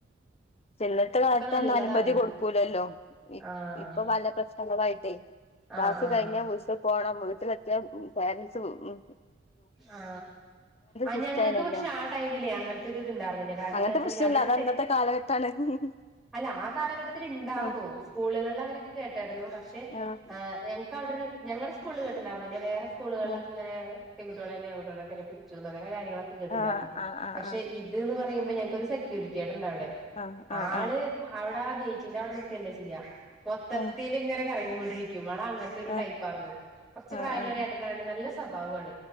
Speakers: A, on the left (about 30°); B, in the centre.
A: ഇന്നത്തെ കാലത്തന്നും
B: നല്ലതായിരുന്നു
A: അനുമതി കൊടുക്കൂലല്ലോ ഇ
B: ആഹ്
A: ഇപ്പൊ പല പ്രശ്നങ്ങളായിട്ടേ
B: ആഹ്
A: ക്ലാസ്സ്‌
B: ആഹ്
A: കഴിഞ്ഞ വീട്ടി പോണം വീട്ടിലെ ത്തിയ പാരന്റ്സ് ഇഹ്
B: ആ ആ
A: സിസ്റ്റം
B: ഞങ്ങൾക്ക്
A: ആയിനല്ലോ
B: പക്ഷെ ആ ടൈമിലേ അങ്ങനത്തെ ഒരു ഇത്ണ്ടായിരുന്നില്ല കാരണം
A: അങ്ങനത്തെ
B: എന്താ വെച്ചെങ്കില്
A: പ്രശ്നമില്ല അത് അന്നത്തെ കാലഘട്ടാണ് ഉം
B: അല്ല ആ കാലഘട്ടത്തിൽ ഇണ്ടായിർന്നു
A: ഉം
B: സ്കൂളുകളിൽ അങ്ങനൊക്കെ കേ കിടന്നു പക്ഷെ
A: ആഹ്
B: ഞങ്ങ്ക്ക് അവിടെ ഒരു ഞങ്ങള്ടെ സ്കൂളില് കേട്ടുണ്ടാർന്നില്ലേ വേറെ സ്കൂളുകളിലൊക്കെ
A: ഉം
B: ഇങ്ങനെ പെൺകുട്ടികളോന്നെ ആൺകുട്ടികളെ പിടിച്ചോണ്ടന്നെ കാര്യങ്ങളൊക്കെ കേട്ടുണ്ടായിരുന്നു
A: ആഹ് ആഹ്
B: പക്ഷെ
A: ആഹ്
B: ഇത് ന്ന് പറഞ്ഞ പറയ്മ്പോ ഞങ്ങക്ക് ഒരു സെക്യൂരിറ്റിയാണ് ഇണ്ടവിടെ
A: ആഹ് ആഹ്
B: ആള്
A: ആഹ് ആഹ്
B: അവിടെ ആ ഗേറ്റിന്റെ അവിടെ നിക്കല്ലേ ഇയ്യ മൊത്തത്തില്ൽ
A: ഉം
B: ഇങ്ങനെ കറ കൊണ്ടിരിക്കും മള അങ്ങനത്തെ ഒരു
A: ആഹ്
B: ടൈപ്പ ആരുന്നു കൊറച്ച് പ്രായമുള്ള
A: ആഹ് ആഹ്
B: ചേട്ടനാണ് നല്ല സ്വഭാവമാണ്